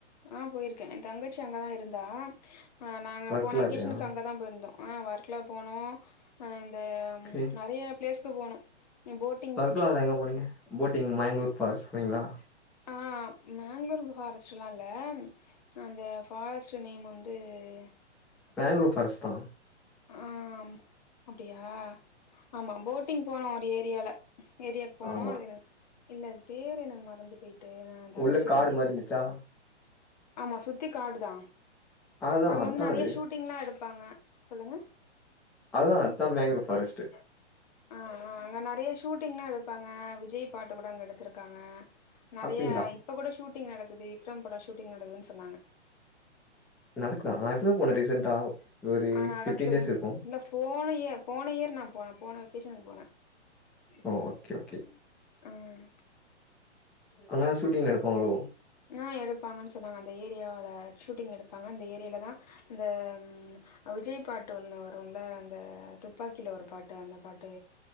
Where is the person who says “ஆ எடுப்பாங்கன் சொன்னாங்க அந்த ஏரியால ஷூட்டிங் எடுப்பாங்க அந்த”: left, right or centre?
Left